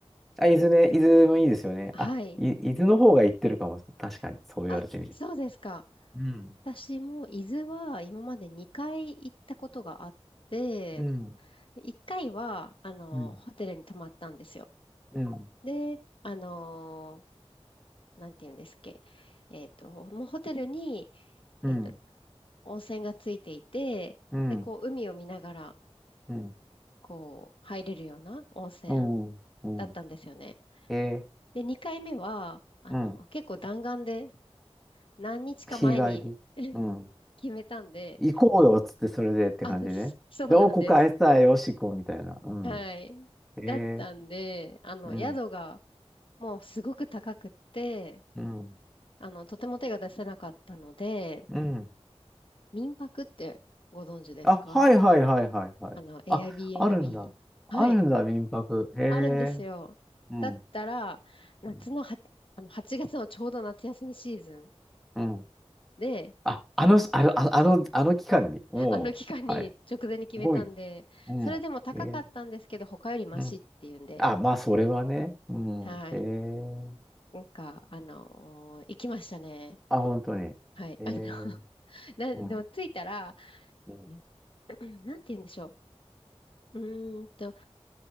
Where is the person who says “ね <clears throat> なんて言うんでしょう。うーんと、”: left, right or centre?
Left